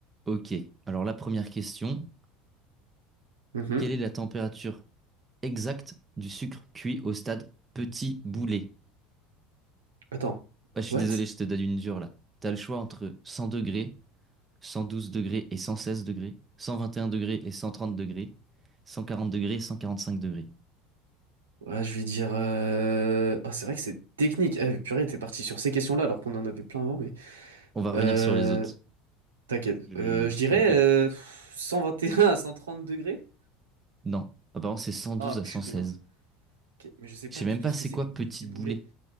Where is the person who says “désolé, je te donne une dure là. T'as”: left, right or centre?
Right